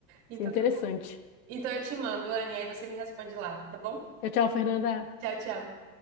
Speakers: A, on the right (about 35°); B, on the left (about 65°).
A: Então
B: Isso é interessante.
A: tá bom. Então eu te mando, Anne, aí você me responde lá, tá bom?
B: Tchau, tchau, Fernanda.
A: Tchau, tchau.